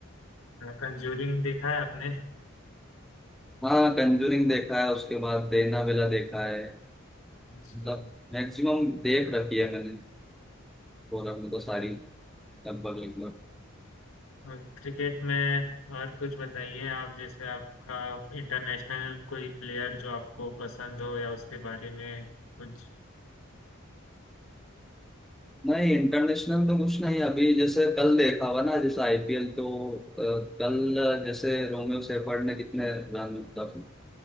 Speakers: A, on the left; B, in the centre.
A: कंजूरिंग देखा है आपने
B: हाँ कंजूरिंग देखा है उसके बाद एनाबेला देखा है
A: अच्छा
B: मतलब मैक्सिमम देख रखी है मैंने हॉरर में तो सारी
A: हाँ,
B: लगभग लगभग
A: और क्रिकेट में और कुछ बताइए आप जैसे आपका इंटरनेशनल कोई प्लेयर जो आपको पसंद हो या उसके बारे में कुछ
B: नहीं इंटरनेशनल तो कुछ नहीं अभी जैसे कल देखा हुआ ना जैसे आईपीएल तो अ, कल जैसे रोमियो सेफर्ड ने कितने रन मतलब